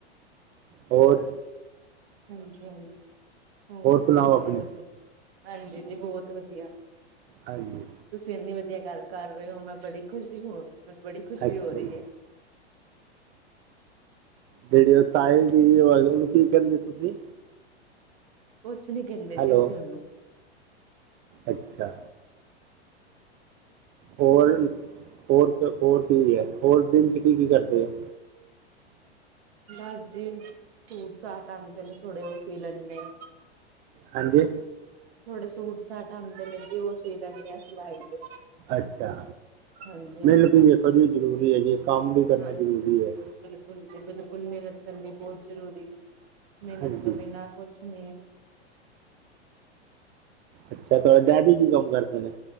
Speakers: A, on the right (about 30°); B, on the right (about 60°).
A: ਹੋਰ
B: ਹਾਂਜੀ ਹਾਂਜੀ ਹੋਰ ਜੀ
A: ਸੁਣਾਓ
B: ਬਹੁਤ
A: ਆਪਣੇ
B: ਵਧੀਆ ਹਾਂਜੀ ਜੀ ਬਹੁਤ ਵਧੀਆ।
A: ਹਾਂਜੀ।
B: ਤੁਸੀਂ ਇੰਨੀ ਵਧੀਆ ਗੱਲ ਕਰ ਰਹੇ ਹੋ ਮੈਂ ਬੜੀ ਖੁਸ਼ੀ ਹੋ ਮੈਨੂੰ ਬੜੀ ਖੁਸ਼ੀ
A: ਅੱਛਾ
B: ਹੋ ਰਹੀ
A: ਜੀ
B: ਏ।
A: ਜਿਹੜੀ ਉਹ ਤਾਏ ਦੀ ਉਹਨੂੰ ਕੀ ਕਹਿੰਦੇ ਓ ਤੁਸੀਂ।
B: ਕੁਛ ਨੀ ਕਹਿੰਦੇ
A: ਹੈਲੋ
B: ਜੀ ਅਸੀਂ ਉਹਨੂੰ।
A: ਅੱਛਾ। ਹੋਰ ਹੋਰ ਹੋਰ ਕੀ ਹੈ ਹੋਰ ਦਿਨ ਚ ਕੀ ਕੀ ਕਰਦੇ ਹੋ।
B: ਬਸ ਜੀ ਸੂਟ ਸਾਟ ਆਂਦੇ ਨੇ ਥੋੜੇ ਉਹ ਸੀ ਲੈਂਨੇ ਆ।
A: ਹਾਂਜੀ
B: ਥੋੜੇ ਸੂਟ ਸਾਟ ਆਂਦੇ ਨੇ ਜੀ ਉਹ ਸੀ ਲੈਂਦੇ ਆ ਸਵਾਈ ਦੇ
A: ਅੱਛਾ
B: ਹਾਂਜੀ ਹਾਂਜੀ
A: ਮੈਨੂੰ ਕੀ ਜੀ ਜ਼ਰੂਰੀ ਹੈ ਜੀ ਕੰਮ ਵੀ ਕਰਨਾ
B: ਹਾਂਜੀ
A: ਜ਼ਰੂਰੀ ਹੈ
B: ਬਿਲਕੁਲ ਜੀ ਬਿਲਕੁਲ ਮਿਹਨਤ ਕਰਨੀ ਬਹੁਤ ਜ਼ਰੂਰੀ ਹੈ ਮਿਹਨਤ
A: ਹਾਂਜੀ
B: ਤੋਂ ਬਿਨਾ ਕੁਛ ਨਹੀਂ ਹੈ
A: ਅੱਛਾ ਤੁਹਾਡੇ ਡੈਡੀ ਕੀ ਕੰਮ ਕਰਦੇ ਨੇ।